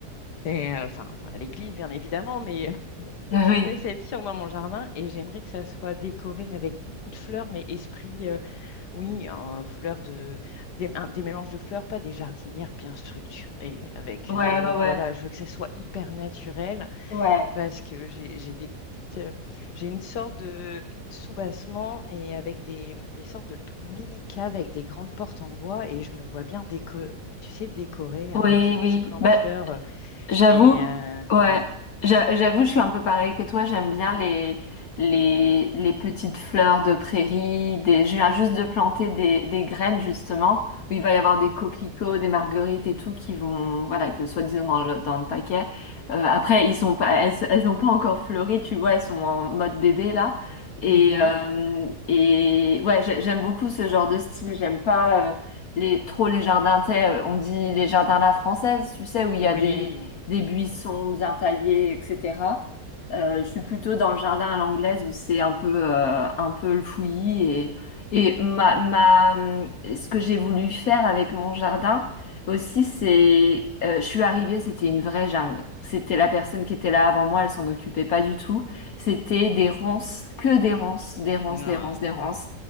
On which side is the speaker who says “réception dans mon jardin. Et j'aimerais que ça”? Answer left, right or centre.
Left